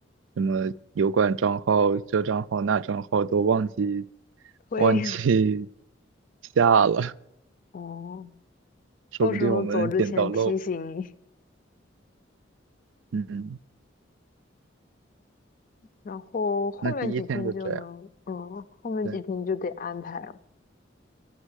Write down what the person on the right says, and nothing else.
什么油管账号、这账号、那账号，都忘记
忘记 <laughs> 下了。
说不定我们捡到漏。
嗯，
那第一天就这样。
对，